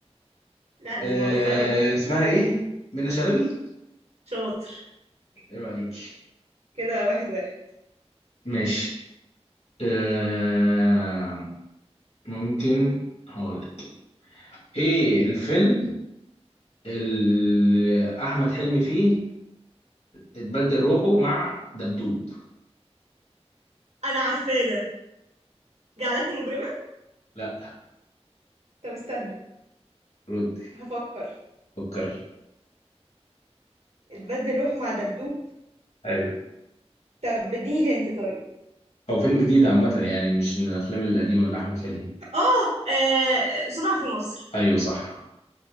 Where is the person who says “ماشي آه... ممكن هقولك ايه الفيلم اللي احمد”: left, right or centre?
Left